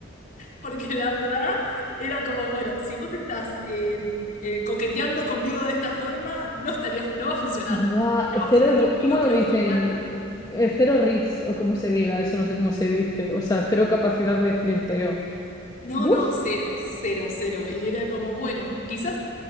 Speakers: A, on the left; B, on the left.
A: Porque la verdad era como, bueno, si vos estás eh, eh, coqueteando conmigo de esta forma, no estaría, no va a funcionar.
B: Buah,
A: Y No va a funcionar
B: cero, ri-
A: conmigo,
B: ¿cómo lo
A: creo
B: dicen?
A: que con nadie.
B: Eh, Cero reach, o como se diga, eso no sé cómo se dice. O sea, cero capacidad de flirteo.
A: No,
B: ¡Buf!
A: no, cero, cero, cero. Y era como, bueno, quizás